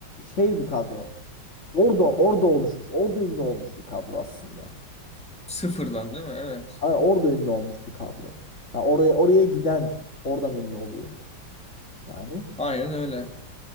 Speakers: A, on the left; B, in the centre.
A: şey bir kadro. Orada orada oluşmuş. Orada ünlü olmuş bir kadro aslında.
B: Sıfırdan değil mi? Evet.
A: Ama orada ünlü olmuş bir kadro. Ha, oraya oraya giden oradan ünlü oluyor. Yani.
B: Aynen öyle.